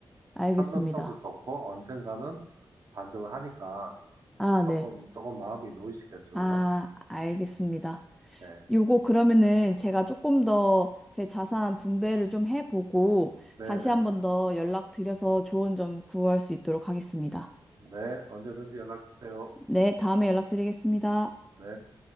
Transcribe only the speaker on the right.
황금성도 좋고 언젠가는 반등을 하니까
조금 조금 마음이 놓이시겠죠,
그죠?
네,
네,
네,
네, 언제든지 연락 주세요.
네.